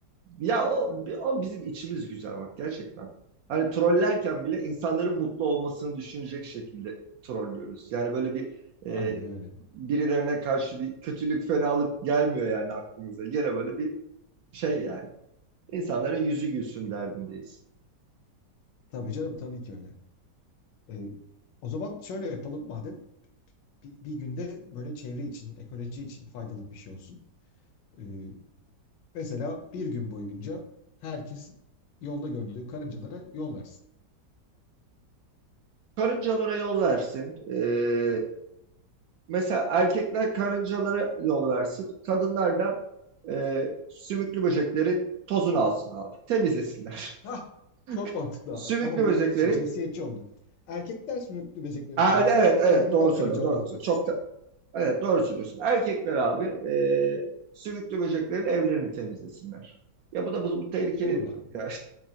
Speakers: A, on the right (about 70°); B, on the left (about 85°).
A: Ya o, o bizim içimiz güzel bak gerçekten. Hani trollerken bile insanların mutlu olmasını düşünecek şekilde trollüyoruz. Yani böyle bir e,
B: Aynen öyle.
A: birilerine karşı bir kötülük, fenalık gelmiyor yani aklımıza. Gene böyle bir şey yani. İnsanların yüzü gülsün derdindeyiz.
B: Tabii canım tabii ki öyle. Ee, o zaman şöyle yapalım madem. Bir, bir günde böyle çevre için, ekoloji için faydalı bir şey olsun. Ee, mesela bir gün boyunca herkes yolda gördüğü karıncalara yol versin.
A: Karıncalara yol versin. E, mesela erkekler karıncalara yol versin. Kadınlar da e, sümüklü böceklerin tozunu alsın abi. Temizlesinler.
B: Hah, çok mantıklı
A: <laughs> Sümüklü
B: abi. Ama bu
A: böceklerin
B: şi- cinsiyetçi oldu. Erkekler sümüklü böceklerin
A: Aa,
B: tozunu
A: evet
B: alsın.
A: evet
B: Kadınlar
A: doğru söylüyorsun.
B: karıncalar
A: Doğru,
B: yollarız.
A: çok da- evet doğru söylüyorsun. Erkekler abi e, sümüklü böceklerin evlerini temizlesinler. Ya bu da bu, bu tehlikeli
B: Olur
A: bir
B: abi.
A: durum ya.